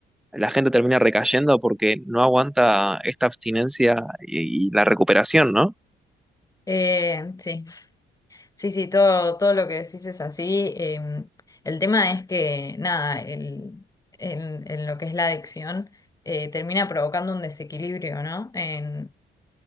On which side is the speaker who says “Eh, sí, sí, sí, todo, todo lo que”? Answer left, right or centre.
Left